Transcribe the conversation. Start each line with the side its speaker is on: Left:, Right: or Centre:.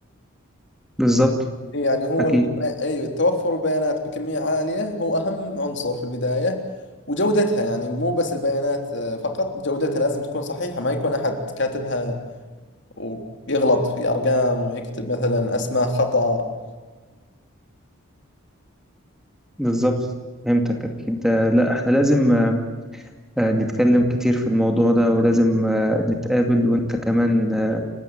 Centre: بالظبط
Left: يعني هو
Centre: أكيد
Left: الب... أي توفر البيانات بكمية عالية هو أهم عنصر في البداية وجودتها يعني مو بس البيانات آه، فقط جودتها لازم تكون صحيحة ما يكون أحد كاتبها ويغلط في أرقام ويكتب مثلا أسماء خطأ
Centre: بالظبط فهمتك أكيد آه، لا إحنا لازم آه، آه، نتكلم كتير في الموضوع ده ولازم آه، نتقابل وأنت كمان آه،